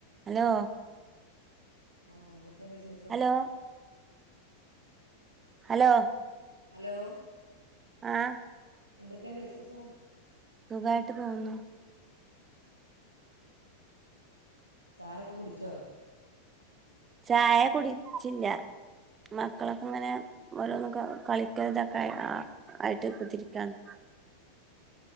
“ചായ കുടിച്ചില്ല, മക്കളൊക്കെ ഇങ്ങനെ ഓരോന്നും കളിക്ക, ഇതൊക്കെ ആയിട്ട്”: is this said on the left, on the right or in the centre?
Right